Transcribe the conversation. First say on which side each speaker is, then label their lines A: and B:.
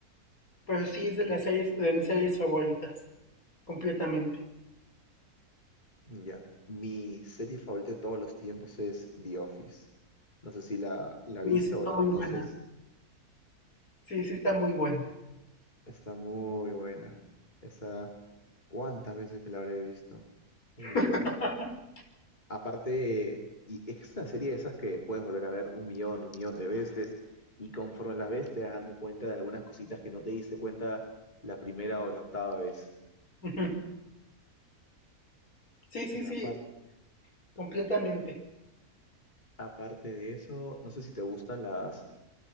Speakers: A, on the left; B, on the left.
A: Pero sí es de las series, de mis series favoritas, completamente.
B: Ya. Mi serie favorita de todos los tiempos es The Office. No sé si la, la
A: Uy,
B: viste
A: sí
B: o
A: está
B: la
A: muy
B: conoces.
A: buena. Sí, sí está muy buena.
B: Está muy buena. Esa, ¿cuántas veces me la habré visto?
A: <laughs>
B: Un montón. Aparte, y es una serie de esas que puedes volver a ver un millón, un millón de veces, y conforme las ves te vas dando cuenta de algunas cositas que no te diste cuenta la primera o la octava vez.
A: Ujú. Sí, sí,
B: Y
A: sí,
B: apar-
A: completamente.
B: aparte de eso, no sé si te gustan las,